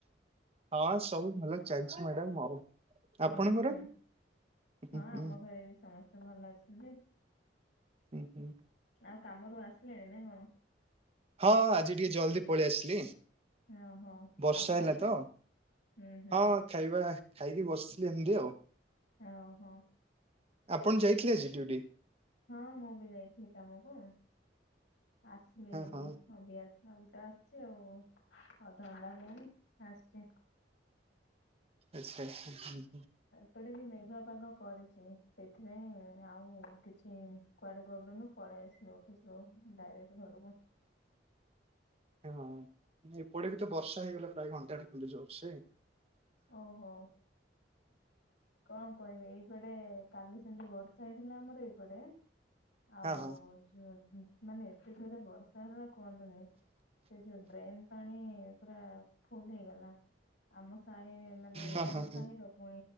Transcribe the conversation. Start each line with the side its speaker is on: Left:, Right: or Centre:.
Right: ହଁ ସବୁ ଭଲ ଚାଲିଛି ମ୍ୟାଡମ ଆଉ।
Left: ହୁଁ
Right: ଆପଣଙ୍କର?
Left: ହୁଁ
Right: ହୁଁ
Left: ହଁ
Right: ହୁଁ
Left: ଆମ ଘରେ ବି ସମସ୍ତେ ଭଲ ଅଛନ୍ତି।
Right: ହୁଁ ହୁଁ।
Left: ଆ କାମରୁ ଆସିଲେଣି ନାଇଁ କଣ
Right: ହଁ ଆଜି ଟିକେ ଜଲ୍ଦି ପଳେଇ ଆସିଲି।
Left: ଓହୋ
Right: ବର୍ଷା
Left: ଆଉ ଖାଇବା
Right: ହେଲା ତ
Left: ହୁଁ ହୁଁ
Right: ହଁ ଖାଇବା। ଖାଇକି ବସିଥିଲି ଏମିତି ଆଉ
Left: ଓ ହୋ।
Right: ଆପଣ ଯାଇଥିଲେ ଆଜି ଡିଉଟି?
Left: ହଁ ମୁଁ ବି ଯାଇଥିଲି କାମକୁ ଆସିଲି
Right: ହଁ
Left: ହେରି
Right: ହଁ
Left: ଅବିକା ନବିତା ଆସିଛି ଆଉ ଅଧଘଣ୍ଟା ହେଲାଣି ଆସଛି
Right: ଆଛା ଆଛା।
Left: ଏପଟେ ବି ମେଘୁଆ ପାଗ କରିଛି ସେଇଥିପାଇଁ ଆଉ କିଛି କୁଆଡେ ଗଲୁନୁ ପଳେଇ ଆସିଲୁ ଅଫିସରୁ ଡାଇରେକ୍ଟ୍ ଘରକୁୁ
Right: ହଁ ଏପଟେ ବି ତ ବର୍ଷା ହେଇଗଲା ପ୍ରାୟ ଘଣ୍ଟାଟେ ଖଣ୍ଣ୍ଡେ ଯୋର୍ ସେ।
Left: ଓହୋ କଣ କହିବି ଏଇ ଏପଟେ କାଲି ସେମିତି ବର୍ଷା ହେଇଥିଲା ଆମର ଏପଟେ ଆଉ
Right: ହଁ ହଁ
Left: ଯୋ ମାନେ ଏତେ ଯୋରେ ବର୍ଷା ହେଲା କୁହନ୍ତୁନି। ସେ ଯୋଉ ଡ୍ରେନ ପାଣି ପୁରା ଫୁଲ ହେଇଗଲା ଆମ ସାହି ମାନେ
Right: ହଁ
Left: ଆମ
Right: ହଁ
Left: ସାହି ର ପୁଣି